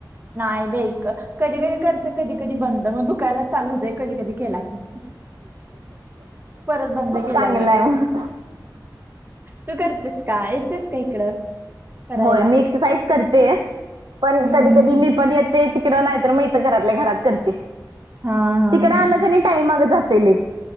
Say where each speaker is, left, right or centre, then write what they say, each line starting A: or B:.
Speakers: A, on the right (about 30°); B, on the right (about 80°).
A: नाही बाई इतकं कधी कधी करते कधी कधी बंद मग दुकायलाच चालू होतय कधी कधी केला की. परत बंद केल्यावरर.
B: चांगलंय मग
A: तू करतेस का येतस का इकडं? करायला
B: होय मी एक्सरसाईज करते, पण
A: हम्म
B: कधी
A: हम्म
B: कधी
A: हम्म
B: मी पण येते तिकड नाही तर मग इथं घरातल्या घरात करते,
A: हा हा
B: तिकड आलं
A: हा
B: की नाय टाईम अंग जातय लय.